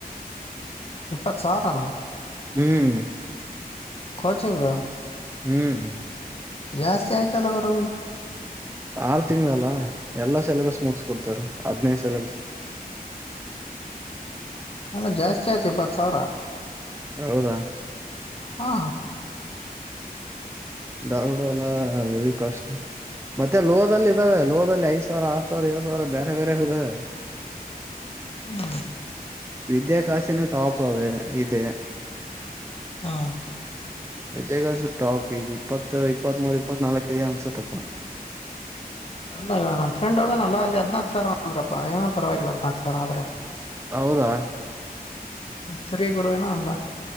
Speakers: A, on the left; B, on the right.
A: ಇಪ್ಪತ್ ಸಾವಿರನಾ
B: ಹ್ಮ್
A: ಕೋಚಿಂಗ್
B: ಹ್ಮ್
A: ಜಾಸ್ತಿ ಆಯ್ತಲ್ಲ ಬರ
B: ಆರ್ ತಿಂಗಗಳಲ್ಲ ಎಲ್ಲಾ ಸಿಲೆಬಸ್ ಮುಗಸ್ಕೊಡ್ತಾರ ಹದ್ನದು ಸಿಲೆಬಸ್ <inaudible>
A: ಅಲ್ಲ ಜಾಸ್ತಿ ಆಯ್ತು ಇಪ್ಪತ್ತು ಸಾವಿರ
B: ಹೌದಾ
A: ಹಾ
B: ದಾರುಡ ಅಲ್ಲ ಹೆವಿ ಕಾಸ್ಟ್ ಮತ್ತೆ ಲೋಹದಲ್ಲಿ ಇದ್ದಾವೆ ಲೋದಲ್ಲಿ ಐದ ಸಾವಿರ ಆರ್ ಸಾವರ ಏು ಸಾವಿರ ಬೇರೆ ಬೇರೆ ಇದಾವೆ
A: ಹ್ಮ
B: ವಿದ್ಯಾಕಾಸನುೂ ಟಾಪ್ ಅದು ಇದೆ
A: ಹಾ
B: ಇದಗ ಟಾಪ್ ಈ ಇಪ್ಪತ್ತು ಇಪ್ಪತ್ತ್ ಮೂೂರ್ ಇಪ್ಪತ್ತ್ನಾಾಲ್ಕ ಅಂಗಸತ್ಪ್
A: ಅಲ್ಲ ಇವ ನ ಫ್ರಂಡ್ ಹೋಗೋ ನ ಅಲ್ಲ ಅಲ್ಲಿ ಹದ್ನಾಕಕ್ ಸಾವಿರ ಅಂದ್ರಪ್ಪ ಏನ ಪರವಾಗಿಲ್ಲ ಹದ್ನಾಕ್ ಸಾವಿರ ಆದ್ರೆ
B: ಹೌದಾ
A: ಸರಿಯ ಗರುವವೆನ ಒಂದಾ